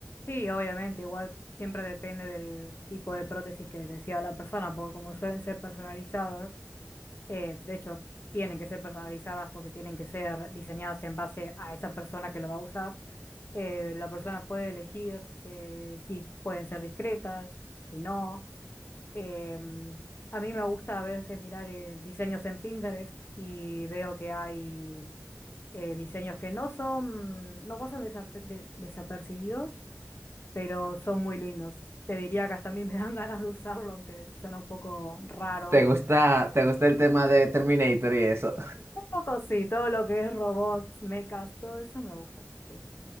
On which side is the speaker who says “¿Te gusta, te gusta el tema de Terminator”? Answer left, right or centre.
Right